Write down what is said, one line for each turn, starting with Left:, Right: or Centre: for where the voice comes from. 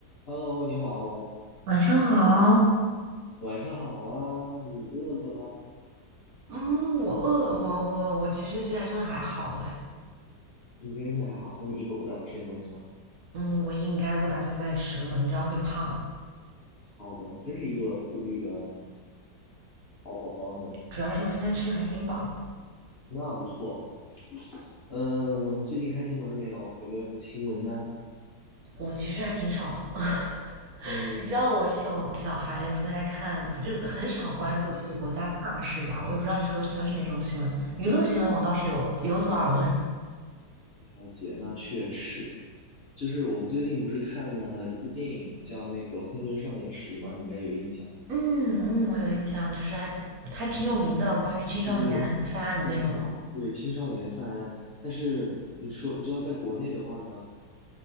Left: Hello，你好，
Right: 晚上好，
Left: 晚上好啊，你饿了吗？
Right: 嗯，我饿，我我我其实现在真的还好哎，
Left: 你今天真的还好？那你一会儿不打算吃点东西吗？
Right: 嗯，我应该不打算再吃了，你知道会胖，
Left: 好的，你真是一个自律的好宝宝呢，
Right: 主要是我现在吃的还挺饱，
Left: 那不错。嗯，最近看新闻了没有？有没有什么新闻呢？
Right: 我其实还挺少，<laughs>
Left: 嗯，
Right: 你知道我这种小孩不太看，不就是很少关注一些国家大事吧？我也不知道你说的新闻是哪种新闻，娱乐新闻我倒是有有所耳闻，
Left: 了解，那确实，就是我们最近不是看了一部电影叫那个《混沌少年时》吗？你应该有印象，
Right: <laughs> 嗯嗯，我有印象，就是还还挺有名的，关于青少年犯案的那种。
Left: 就是就是讲对青少年犯案，但是你说你知道在国内的话呢？